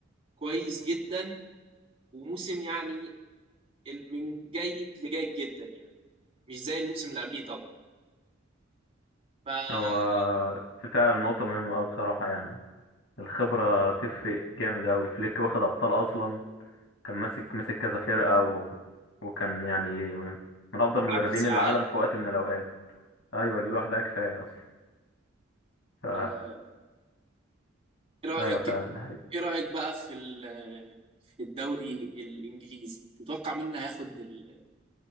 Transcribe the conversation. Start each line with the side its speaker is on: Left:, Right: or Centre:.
Right: كويس جدا وموسم يعني من جيد لجيد جدا يعني مش زي الموسم اللي قبليه طبعا فلما
Left: هو فعلا نقطة مهمة أوي بصراحة يعني الخبرة تفرق جامد أوي فليك واخد أبطال أصلا كان ماسك مسك كذا فرقة و... وكان يعني من أفضل
Right: بلعب
Left: مدربين
Right: كأس العالم
Left: العالم في وقت من الأوقات أيوة دي لوحدها كفاية أصلا ف...
Right: آه، ايه رأيك
Left: أيوة فعلا ده حقيقي.
Right: ايه رأيك بقى في ال- في الدوري الإنجليزي تتوقع مين اللي هياخد ال-